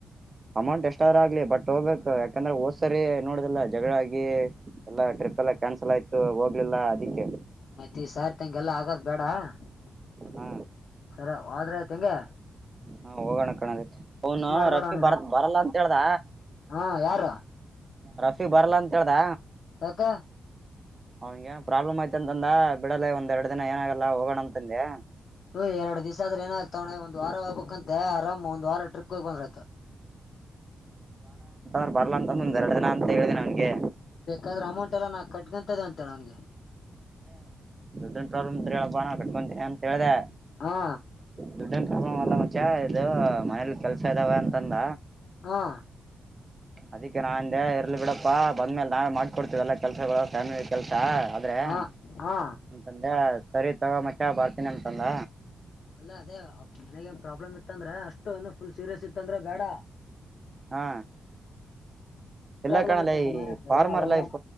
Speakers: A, on the right (about 25°); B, on the left (about 50°).
A: ಅಮೌಂಟ್ ಎಷ್ಟಾದ್ರ ಆಗ್ಲಿ ಬಟ್ ಹೋಗ್ಬೇಕು ಯಾಕಂದ್ರೆ ಹೋದ್ಸರಿ ನೋಡುದಿಲ್ಲ ಜಗಳ ಆಗಿ ಎಲ್ಲ ಟ್ರಿ ಪೆಲ್ಲ ಕ್ಯಾನ್ಸಲ್ ಆಯ್ತು ಹೋಗ್ಲಿಲ್ಲಾ ಅದಕ್ಕೆ.
B: ಮತ್ತೆ ಈ ಸಾರ್ತಂಗೆ ಎಲ್ಲಾ ಆಗಾದ ಬ್ಯಾಡ <unintelligible>
A: ಹಾ
B: ಸರಿ ವಾದ್ರಾ ಆಯ್ತ ಹೆಂಗೆ
A: ಹಾ ಹೋಗೋಣ ನಲೆ ಅವನು
B: ಮಾಡ್ಬೇಡ
A: ರಫಿ
B: ನೀನು
A: ಬರತ್ ಬರಲ್ಲ ಅಂತ ಹೇಳ್ದ
B: ಹಾ ಯಾರು
A: ರಫೀ ಬರಲ್ಲ ಅಂತ ಹೇಳ್ದ
B: ಕಕಾ
A: ಅವನ್ಗೆ ಎನ್ ಪ್ರಾಬ್ಲಮ್ ಆಯ್ತ ಅಂತಂದ ಬಿಡಲ್ಲ ಒಂದ್ ಎರಡು ದಿನ ಏನಾಗಲ್ಲ ಹೋಗೋಣ ಅಂತಂದೆ
B: ಹ ಎರಡು ದಿಸಾ ಆದ್ರ ಏನಾಯಯ್ತವಣೆ ಒಂದ ವಾರ ಹೋಗ್ಬೇಕ್ ಅಂತ ಆರಾಮ್ ಒಂದ ವಾರ ಟ್ರಿಪ್ಗೆ ಹೋಗ ಬಂದ್ರ ಆಯ್ತು.
A: ರ್ ಬರ್ಲ ಅಂತಂದ ಒಂದ್ ಎರಡ್ ದಿನ ಅಂತ ಹೇಳ್ದ ಅವ್ನಿಗೆ
B: ಬೇಕಾದ್ರೆ ಅಮೌಂಟ್ ಎಲ್ಲ ನಾಕ್ ಕಟ್ಕೊಂತ್ದ ಅಂತೇಳ ಅವನ್ಗೆ
A: ಡ್ ಪ್ರಾಬ್ಲಮ್ ಇದ್ರೆ ಹೇಳಪ್ಪ ನಾ ಕಟ್ಕಿಂತೀನಿ ಅಂತ ಹೇಳ್ದೆ
B: ಹಾ
A: ದುಡ್ಡನ್ ಏನ್ ಪ್ರಾಬ್ಲೆಮ್ ಅಲ್ಲ ಮುಚ ಇದು ಮನೇಲಿ ಕೆಲ್ಸ ಇದಾವ ಅಂತಂದ
B: ಹಾ
A: ಅದಿಕ್ಕೆ ನಾ ಅಂದೆ ಇರ್ಲ್ ಬಿಡಪ್ಪಾ ಬಂದ್ಮೇಲೆ ನಾವೆ ಮಾಡ್ಕೊಡ್ತೇವಲ್ಲಾ ಕೆಲ್ಸಗಳು ಫ್ಯಾಮಿಲಿ ಕೆಲ್ಸ ಆದ್ರೆ
B: ಹಾ
A: ಅ
B: ಹಾ
A: ತಂದೆ ಸರಿ ತಗೋ ಮಚ್ಚ ಬರ್ತೀನಿ ಅಂತಂದ
B: ಅಲ್ಲೇ ಅದೇ ಮನೆಗ ನ್ ಪ್ರಾಬ್ಲಮ್ ಇತ್ತ ಅಂದ್ರೆ ಅಷ್ಟು ಏನು ಫುಲ್ ಸೀರಿಯಸ್ ಇತ್ತಂದ್ರೆ ಬೇಡ
A: ಹಾ ಇಲ್ಲ
B: ಪ್ರಾಬ್ಲಮ್
A: ಕಣಲ್ಲ
B: ಐತೆಂತ
A: ಈ
B: ಮನೆ ಹತ್ರ
A: ಫಾರ್ಮರ್
B: ಏನ ಹೋಲ್ಡಾಗ್
A: ಲೈಫ್